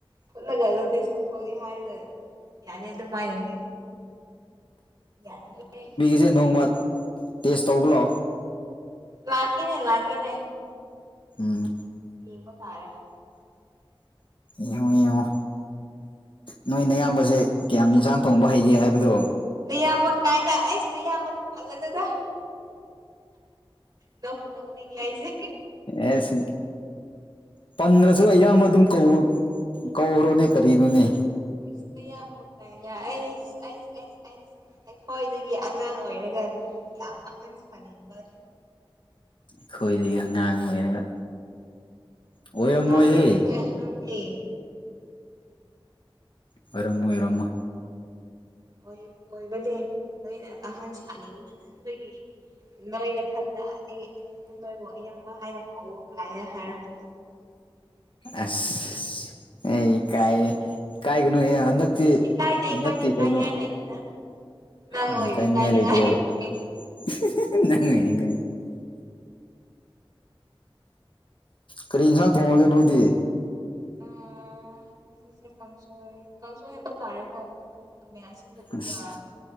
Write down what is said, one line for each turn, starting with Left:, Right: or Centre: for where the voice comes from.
Right: ꯐꯨꯠꯂꯒ ꯑꯗꯨꯗꯤ ꯆꯝꯊꯣꯡꯅꯤ ꯍꯥꯏꯔꯒ ꯌꯥꯔꯦ ꯑꯗꯨꯃꯥꯏꯅꯅꯦ <unintelligible>
Left: ꯁꯦ ꯅꯣꯡꯃ ꯇꯦꯁ ꯇꯧꯕ ꯂꯥꯛꯑꯣ
Right: ꯂꯥꯛꯀꯦꯅꯦ ꯂꯛꯀꯦꯅꯦ
Left: ꯎꯝ
Right: ꯌꯦꯡꯕꯇꯥꯥꯔꯦ
Left: ꯌꯦꯡꯉꯣ ꯌꯦꯡꯉꯣ ꯅꯣꯏꯅꯌꯥꯝꯕꯁꯦ ꯀꯌꯥꯝ ꯌꯦꯟꯁꯥꯡ ꯊꯣꯡꯕ ꯍꯩꯒꯦ ꯍꯥꯏꯕ ꯑꯗꯨꯗꯣ
Right: ꯅ ꯑꯃ ꯀꯥꯏꯅ ꯑꯁ ꯅ ꯑꯃꯗꯤ ꯄꯥꯂ ꯅꯗ ꯅ ꯄꯨꯅ ꯂꯉ ꯌꯥꯏꯁꯦ
Left: ꯑꯦꯁ ꯄꯟꯗ꯭ꯔꯁꯨ ꯑꯌꯥꯝꯕ ꯑꯗꯨꯝ ꯀꯧꯕ ꯀꯧꯈ꯭ꯔꯣꯅꯦ ꯀꯔꯤꯅꯣꯅꯦ
Right: ꯏꯁ ꯅꯌꯥꯝꯕ ꯀꯥꯏꯅ ꯑꯩꯁ ꯩꯑ ꯑꯩ ꯑꯩ ꯑꯩꯈꯣꯏꯗꯒꯤ ꯑꯉꯥꯡ ꯑꯣꯏꯔꯒ ꯌꯥꯝ ꯑꯍꯟ ꯁꯥꯅꯤꯡꯕ
Left: ꯑꯈꯣꯏꯗꯩ ꯑꯉꯥꯡ ꯑꯣꯏꯔꯒ ꯑꯣꯏꯔꯝꯃꯣꯏꯍꯦ
Right: ꯑꯉꯥꯡꯅꯦ <unintelligible> ꯑꯉꯥꯡꯅꯦ
Left: ꯑꯣꯏꯔꯝꯃꯣꯏ ꯑꯣꯏꯔꯝꯃꯣꯏ
Right: ꯑꯣꯏ ꯑꯣꯏꯕꯅꯦ ꯅꯣꯏꯅ ꯑꯍꯟ ꯁꯥꯅꯤꯡꯃꯟꯕꯒꯤ ꯅꯣꯏ ꯅꯊꯟꯗ ꯑꯩ ꯑꯄꯨꯡꯕꯣꯏꯕꯨ ꯏꯌꯥꯝꯕ ꯍꯥꯏꯅ ꯀꯧꯑꯣ ꯀꯥꯏꯅ ꯍꯥꯏꯔꯛꯄ
Left: ꯑꯁ ꯑꯩ ꯏꯀꯥꯏꯌꯦ ꯏꯀꯥꯏꯒꯅꯨꯍꯦ ꯍꯟꯗꯛ ꯁꯤ
Right: ꯏꯀꯥꯏꯗꯦ
Left: ꯍꯟꯗꯛꯀꯤ
Right: ꯏꯀꯥꯏꯗꯦ ꯏꯀꯥꯏꯅꯤꯡꯉꯥꯏ
Left: ꯀꯩꯅꯣ
Right: ꯂꯩꯇꯦꯗ ꯅꯪ
Left: ꯎꯝ
Right: ꯑꯣꯏꯅ
Left: ꯀꯥꯏꯅꯤꯡꯉꯥꯏ
Right: ꯏꯀꯥꯏꯅꯤꯡꯉꯥꯏꯅꯤ
Left: ꯂꯩꯇ꯭ꯔꯦꯕ <unintelligible> ꯀꯔꯤ ꯌꯦꯟꯁꯥꯡ ꯊꯣꯡꯉꯒꯦ ꯅꯣꯏꯗꯤ
Right: ꯑꯥ ꯉꯁꯤꯁꯦ ꯀꯥꯡꯁꯣꯏ ꯀꯥꯡꯁꯣꯏ ꯍꯥꯏꯕ ꯇꯥꯔꯦꯀꯣ ꯈꯥꯃꯦꯟ ꯑꯁꯤꯟꯕꯗꯨꯒꯥ
Left: ꯑꯁ